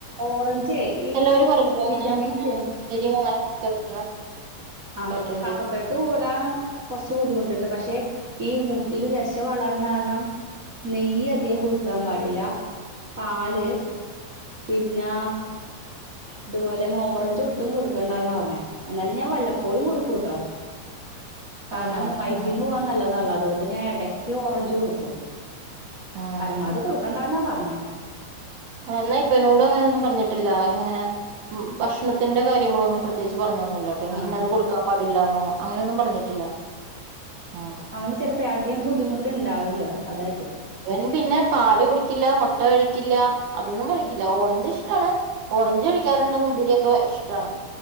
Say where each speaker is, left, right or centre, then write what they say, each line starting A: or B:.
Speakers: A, on the right; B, on the right.
A: ഓറഞ്ച് ഏ ഈ
B: ചെലോര് പറയൂലേ
A: വിറ്റാമിൻ
B: അങ്ങനെ
A: സി
B: മുന്തിരിയും <inaudible>
A: ആഹ്
B: കേട്ടിട്ടുണ്ട്
A: കഫക്കെട്ട് കൂടാ കുറച്ച് ബുദ്ധിമുട്ട് ണ്ട് പക്ഷെ ഈ മൂക്കില് ക്കില് ദശ വളർന്നാരണം നെയ്യധികം കൊടുക്കാൻ പാടില്ല പാല്- പിന്നാ അതുപോലെന്നെ ഓറഞ്ച് ഒട്ടും കൊടുക്കണ്ടാന്ന പറഞ്ഞെ എന്നാലും ഞാൻ വല്ലപ്പോഴും കൊടുക്കൂട്ടാ കാരണം
B: ആണോ ആഹ്
A: വൈറ്റീന്നു പോവാൻ നല്ലതാള്ള അതുകൊണ്ട് ഞാൻ ഇടയ്ക്ക് ഓറഞ്ച് കൊടുക്കും
B: ആഹ്
A: പരമാവധി കൊടുക്കണ്ടാന്നാ പറ ഞ്ഞെ
B: എന്നാ ഇവനോട് അങ്ങനെ ഒന്നും പറഞ്ഞിട്ടില്ല ഇങ്ങനെ ഭക്ഷണത്തിന്റെ കാര്യങ്ങളൊന്നും പ്രത്യേയിച്ച് പറഞ്ഞൊന്നൂല്ലട്ടാ
A: ആഹ്
B: ഇന്നത് കൊടുക്കാൻപാട് ല്ലാന്നോ അങ്ങനൊന്നും പറഞ്ഞിട്ടില്ല ഉം
A: അവന് ചിലപ്പേ അധികം ബുദ്ധിമുട്ട് ഇണ്ടാവില്ല അതായിരിക്കും
B: ഇവൻ പിന്നെ പാല് കുടിക്കില്ല മുട്ട കഴിക്കില്ല അതൊന്നും കഴിക്കില്ല ഓറഞ്ച് ഇഷ്ടമാണ് ഓറഞ്ച് കഴി ക്കാറിണ്ട് മുന്തിരിയൊക്കെ ഇഷ്ട്ടാണ്